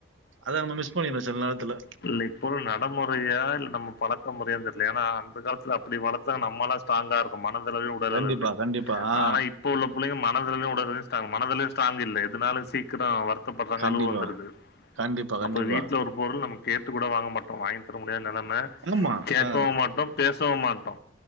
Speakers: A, on the right; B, on the left.
A: அத நம்ம மிஸ் பண்ணிறோ சில நேரத்துல
B: இல்ல இப்போது நடமுறையா இல் நம்ம பழக்க முறையானு தெரில ஏனா அந்த காலத்துல அப்டி வளத்தாங்க நம்மளா ஸ்ட்ராங்கா இருக்கு மனது அளவுலையு உடல்
A: கண்டிப்பா,
B: அளவுலையு
A: கண்டிப்பா. ஆ.
B: ஆனா இப்ப உள்ள பிள்ளங்க மனது அளவுலையு உடல் அளவுலையு ஸ்ட்ராங் மனது அளவுல ஸ்டராங் இல்ல இதனால சீக்கிரோ வர் த்தப்படுறாங்க
A: கண்டிப்பா,
B: அழவ வந்துடுது
A: கண்டிப்பா, கண்டிப்பா.
B: அப்பறோ வீட்ல ஒரு பொருள் நம்ம கேட்டு கூட வாங்க மாட்டோ வாங்கி தர முடியாத நெலைம
A: ஆமா.
B: கேக்கவு
A: ஆ.
B: மாட்டோ பேசவு மாட்டோ